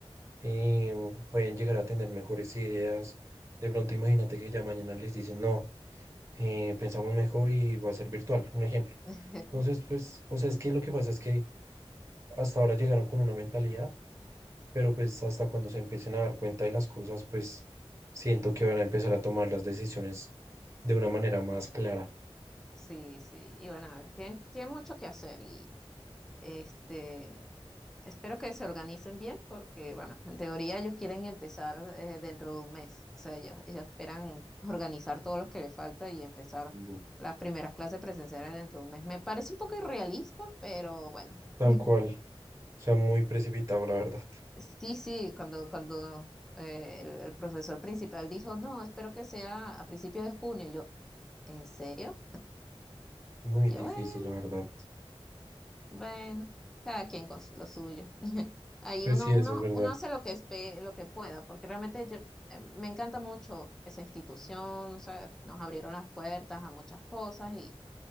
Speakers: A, on the right (about 30°); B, in the centre.
A: eh, pueden llegar a tener mejores ideas. De pronto imagínate que ya mañana les dicen, no, eh, pensamos mejor y va a ser virtual. Un ejemplo.
B: <laughs>
A: Entonces, pues, o sea, es que lo que pasa es que hasta ahora llegaron con una mentalidad, pero pues hasta cuando se empiecen a dar cuenta de las cosas, pues siento que van a empezar a tomar las decisiones de una manera más clara.
B: Sí, sí, y bueno, tienen, tienen mucho que hacer Este, espero que se organicen bien porque, bueno, en teoría ellos quieren empezar eh, dentro de un mes. O sea, ellos, ellos esperan organizar todo lo que les falta y empezar
A: Bu-
B: las primeras clases presenciales dentro de un mes. Me parece un poco irrealista, pero bueno.
A: Tal
B: <laughs>
A: cual. O sea, muy precipitado, la verdad.
B: Sí, sí, cuando, cuando eh, el, el profesor principal dijo, no, espero que sea a principios de junio. Yo, ¿en serio?
A: Muy
B: Yo,
A: difícil,
B: "Bueno,
A: la verdad.
B: Bueno, cada quien con lo suyo. <laughs> Ahí
A: Pues
B: uno,
A: sí, eso
B: uno,
A: es verdad.
B: uno hace lo que espe- lo que pueda, porque realmente yo, eh, me encanta mucho esa institución, o sea, nos abrieron las puertas a muchas cosas y